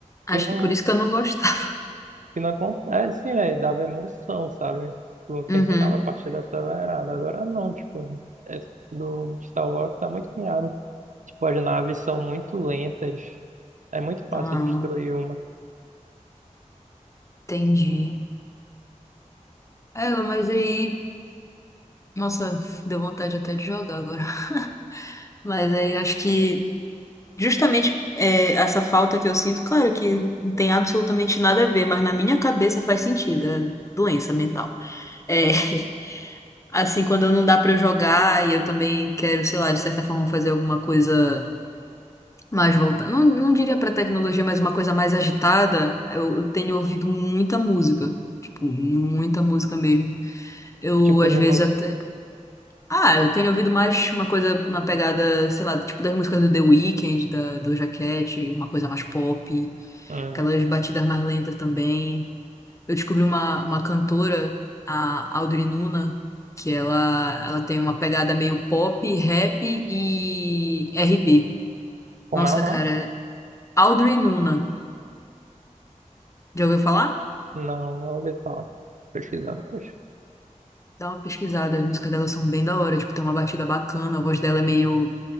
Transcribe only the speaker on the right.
que não,
que não acontece, é, dava emoção, sabe? Tu terminava
a partida acelerada. Agora não, tipo, é, do Star Wars tá muito piada. Tipo, as naves são muito lentas. É muito fácil
destruir uma.
Que tipo
de
música?
Uhum.
Como
é o nome?
Não, não ouvi falar. Pesquisar depois.